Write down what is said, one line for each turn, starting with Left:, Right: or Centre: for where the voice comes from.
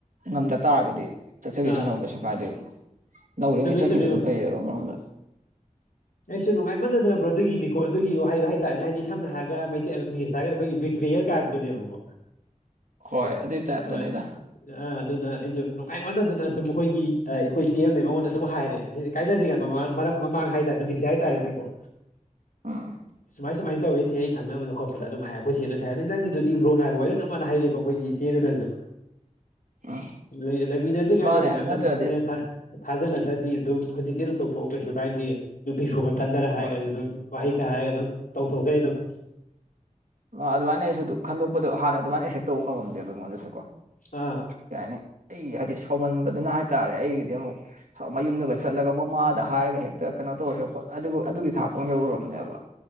Right: ꯉꯝꯗ ꯇꯥꯔꯒꯗꯤ ꯆꯠꯆꯒꯤꯁꯥꯅꯣ
Left: ꯑꯥ
Right: ꯀꯩꯁꯨ ꯀꯥꯏꯗꯦꯕ ꯅꯧꯔꯤꯉꯩ
Left: ꯆꯨꯝꯃꯤ
Right: ꯆꯠꯈꯤꯕꯗꯨꯟ
Left: ꯆꯨꯝꯃꯤ ꯕ꯭ꯔꯣ
Right: ꯐꯩꯌꯦꯕ ꯑꯃꯔꯣꯝꯗ
Left: ꯑꯩꯁꯨ ꯅꯨꯡꯉꯥꯏꯃꯥꯟꯗꯅ ꯕ꯭ꯔꯣꯗꯒꯤ ꯃꯤꯀꯣ ꯑꯗꯨꯒꯤ ꯋꯥꯍꯩꯗꯣ ꯍꯥꯏꯇꯥꯔꯦꯅꯦ ꯍꯥꯏꯗꯤ ꯁꯝꯅ ꯍꯥꯏꯔꯒ ꯃꯩꯇꯩ ꯑ ꯏꯪꯂꯤꯁ ꯍꯥꯏꯔꯒ ꯑꯩꯈꯣꯏꯒꯤ ꯕꯤꯇ꯭ꯔꯤꯌꯦꯜꯀ ꯍꯥꯏꯕꯗꯨꯅꯦꯕꯀꯣ
Right: ꯍꯣꯏ ꯑꯗꯨꯏ ꯇꯥꯏꯞꯇꯅꯤꯗ
Left: ꯍꯣꯏ ꯑ ꯑꯗꯨꯅ ꯑꯩꯖꯨ ꯅꯨꯡꯉꯥꯏꯃꯥꯟꯗꯗꯅ ꯑꯁꯨꯝ ꯃꯍꯣꯏꯒꯤ ꯑ ꯑꯩꯈꯣꯏ ꯏꯆꯦ ꯑꯝ ꯂꯩ ꯃꯉꯣꯟꯗ ꯑꯗꯨꯝ ꯍꯥꯏꯔꯦ ꯍꯥꯏ ꯀꯥꯏꯅꯗꯔꯤꯉꯩ ꯃꯃꯥꯡ ꯃꯔꯛ ꯃꯃꯥꯡ ꯍꯥꯏ ꯇ ꯅꯨꯃꯤꯠꯁꯦ ꯍꯥꯏꯇꯥꯔꯦꯅꯦꯀꯣ
Right: ꯎꯝ
Left: ꯁꯨꯃꯥꯏ ꯁꯨꯃꯥꯏꯟ ꯇꯧꯋꯤ ꯆꯦ ꯑꯩ ꯈꯪꯅꯕꯗꯣ ꯈꯣꯠꯄꯗꯣ ꯑꯗꯨꯝ ꯍꯥꯏ ꯈꯣꯏꯆꯦꯅꯁꯨꯍꯥꯏ ꯑꯗꯨ ꯅꯪꯒꯤꯗꯨꯗꯤ ꯕ꯭ꯔꯣꯅ ꯍꯥꯏꯕ ꯋꯥꯔꯤꯗꯨꯒ ꯆꯞ ꯃꯥꯟꯅ ꯍꯥꯏꯔꯛꯑꯦꯕ ꯑꯩꯈꯣꯏꯒꯤ ꯏꯆꯦꯗꯨꯅꯁꯨ
Right: ꯎꯝ
Left: ꯂꯩ ꯂꯩꯃꯤꯟꯅꯗ꯭ꯔꯤꯉꯥꯏꯗ
Right: ꯃꯥꯅꯦ
Left: ꯑꯗꯨꯛꯌꯥꯝꯅ
Right: ꯅꯠꯇ꯭ꯔꯗꯤ
Left: ꯊꯥꯞꯅ ꯊꯥ ꯊꯥꯖꯅꯗ꯭ꯔꯗꯤ ꯑꯗꯨꯝ ꯍꯧꯖꯤꯛꯇꯤ ꯑꯗꯨꯝ ꯇꯧꯊꯣꯛꯑꯣ ꯀꯩꯁꯨ ꯀꯥꯏꯗꯦ ꯅꯨꯄꯤꯐꯨ ꯃꯊꯟꯗꯔ ꯍꯥꯏꯔꯒꯖꯨ
Right: ꯍꯣꯏ
Left: ꯑꯗꯨꯝ ꯋꯥꯍꯩ ꯈꯥ ꯍꯥꯏꯔꯒ ꯑꯗꯨꯝ ꯇꯧꯊꯣꯛꯈ꯭ꯔꯦ ꯑꯗꯨꯝ
Right: ꯑ ꯑꯗꯨꯃꯥꯏꯅ ꯑꯩꯁꯨ ꯈꯟꯗꯣꯛꯄꯗꯣ ꯍꯥꯟꯅ ꯑꯗꯨꯃꯥꯏꯅ ꯑꯦꯛꯁꯦꯞ ꯇꯧꯕ ꯉꯝꯃꯝꯗꯦꯕ ꯑꯩꯉꯣꯟꯗꯁꯨ ꯀꯣ
Left: ꯑꯥ
Right: ꯀꯩ ꯍꯥꯏꯅꯤ ꯑꯩ ꯍꯥꯏꯗꯤ ꯁꯥꯎꯃꯟꯕꯗꯨꯅ ꯍꯥꯏꯇꯥꯔꯦ ꯑꯩꯒꯤꯗꯤ ꯑꯃꯨꯛ ꯃꯌꯨꯝꯗꯒ ꯆꯠꯂꯒ ꯃꯃꯥꯗ ꯍꯥꯏꯔꯒ ꯍꯦꯛꯇ ꯀꯩꯅꯣ ꯇꯧꯔ ꯍꯦꯛ ꯑꯗꯨꯒ ꯑꯗꯨꯒꯤ ꯊꯥꯛꯄꯥꯎ ꯌꯧꯔꯨꯔꯕꯅꯦꯕ